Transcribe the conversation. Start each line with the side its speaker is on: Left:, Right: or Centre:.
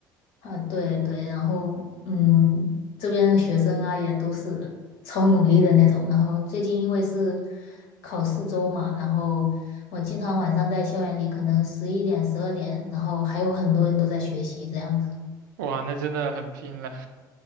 Left: 啊，对对，然后嗯，这边的学生啊也都是超努力的那种。然后最近因为是考试周嘛，然后我经常晚上在校园里，可能十一点、十二点，然后还有很多人都在学习这样子。
Right: 哇，那真的很拼了。